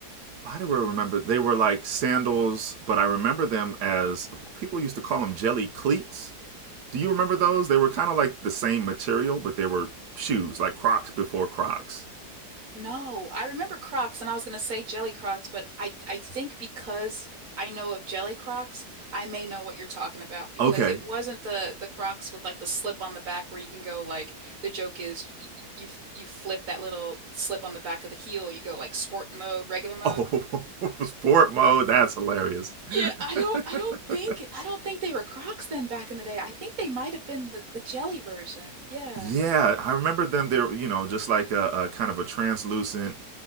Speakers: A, on the right (about 75°); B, on the right (about 55°).
A: why do I remember they were like sandals, but I remember them as people used to call them jelly cleats. Do you remember those? They were kind of like the same material, but they were shoes, like Crocs before Crocs.
B: No, I remember Crocs and I was going to say Jelly Crocs, but I I think because I know of Jelly Crocs, I may know what you're talking about because
A: Okay.
B: it wasn't the the Crocs with like the slip on the back where you can go like the joke is you you, f- you flip that little slip on the back of the heel, you go like sport mode, regular mode.
A: Oh, <laughs> sport mode. That's hilarious.
B: Yeah, I
A: <laughs>
B: don't I don't think I don't think they were Crocs then back in the day. I think they might have been the the jelly version. Yeah.
A: Yeah, I remember them. They're you know just like a, a kind of a translucent,